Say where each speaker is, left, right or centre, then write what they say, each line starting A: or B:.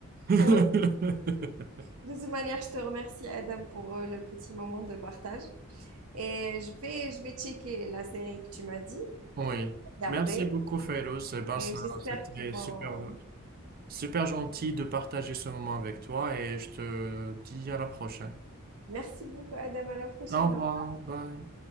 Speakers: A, on the right (about 45°); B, on the right (about 85°).
A: <laughs>
B: <laughs> De toute manière, je te remercie, Adam, pour euh, le petit moment de partage. Et je vais, je vais checker la série que tu m'as dit,
A: Oui,
B: garder.
A: merci beaucoup, Fairouz. Eh ben,
B: Et
A: ça-
B: j'espère
A: c'était
B: qu'ils vont
A: super, super gentil de partager ce moment avec toi et je te dis à la prochaine.
B: Merci beaucoup, Adam. À la prochaine.
A: Au revoir,
B: Au revoir.
A: bye.